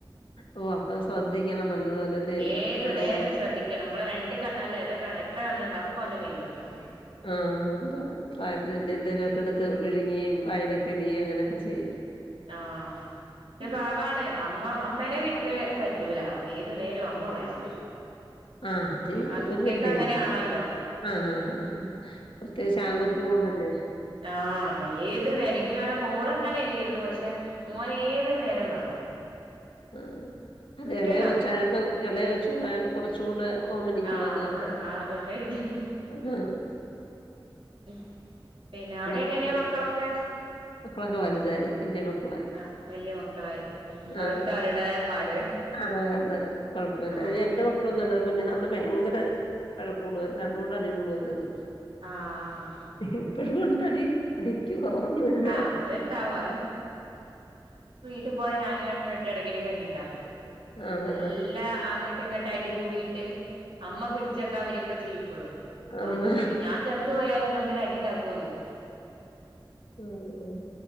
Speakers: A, on the left (about 85°); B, on the right (about 85°).
A: ഓ അപ്പൊ ശ്രദ്ധിക്കണം നല്ലതുപോലെല്ലേ
B: ഏത്
A: എപ്പഴും
B: നേരം ശ്രദ്ധിക്കണം നമ്മളെ രണ്ട് കണ്ണല്ല എത്ര കണ്ണുണ്ണ്ടാേക്കെ ഓന്റെ മേൽ വെക്കണം
A: ആഹ് അത പ്രായത്തി വല്യ എന്തേലുമൊക്കെ എടുത്ത് വിഴിങ്ങുകയും വയലൊക്കെ ഇടിയും അങ്ങനെയൊക്കെ ചെയ്യും
B: ആഹാ ക്ഷെ
A: ഉം.
B: പാവാണ് നമ്മ അമ്മേനെ വിട്ട് പറ്റൂല അമ്മ ഏത് നേരവും അമ്മ വേണം
A: ആഹാ അത്
B: ആൺകുട്ടിയക്ക്
A: കുഞ്ഞല്ലേ
B: അങ്ങനെയാണല്ലോ
A: അതിനിപ്പ ആഹാ ആഹാ ആഹ് പ്രത്യേകിച്ച് ആങ്കുച്ചുകൂടെല്ലെ
B: ആഹാ ഏത് നേരം എങ്ക ങ്ങനെ മോള് അങ്ങനെ ഇല്ലയ്രുന്നു പക്ഷെ മോന് ഏത് നേരം വേണം
A: ആഹ് അതെ
B: വിട്ടേക്കാൻ
A: എളയെ കൊച്ചായാേണ്ട്
B: പറ്റൂല
A: എളയെ കൊച്യടായോണ്ട് കൊറച്ചുടെ ഓമനിക്കും
B: ആഹ്
A: അതൊണ്ട്
B: അതുകൊണ്ടായിരിക്കും
A: ആഹ്
B: ഉം പിന്നെ അവിടെ എങ്ങനെയാ
A: കുത്തക-
B: മക്കളൊക്കെ
A: മക്കളൊക്കെ വലുതായി വല്യ മക്കളായി.
B: ആഹ് വല്യ മക്കളായി അവർക്ക്
A: ആ.
B: അവരുടതായ പാട്
A: ആഹ് അത് കുഴപ്പ്യല്ല
B: ആഹ്
A: എന്റെ പ്പളൊന്നല്ല കുഞ്ഞുിനാളിൽ ഭയങ്കര വഴകൂട്ടായ്ര്ന്നു രണ്ട് കൂടെ അടി കൂടായ്രുന്നു
B: ആഹ്
A: ഇപ്പഴും ഉം ടി അടിക്കും കൊറവൊന്നുല്ല
B: ആഹ് അത്ണ്ടാവും ട്ട് പോയാ ഞാനും ഏട്ടനും ആയിട്ട് ഇടയ്ക്കിടക്ക് അടിണ്ടാക്കും
A: ആണ്
B: നല്ല അങ്ങട്ട് ഇങ്ങട്ട് അടി കൂടിയിട്ട് അമ്മ പിടിച്ചെക്കാൻ വരൊക്കെ ചെയ്യും പ്പോഴും അപ്പൊ
A: ആഹ് ആണ്
B: അമ്മ ചോയ്ക്കും ഞാൻ ചത്തു പോയാലും ഇങ്ങൾ ഇങ്ങനെ അടിണ്ടാക്കോന്ന് ചോയ്ക്കും
A: ഉം.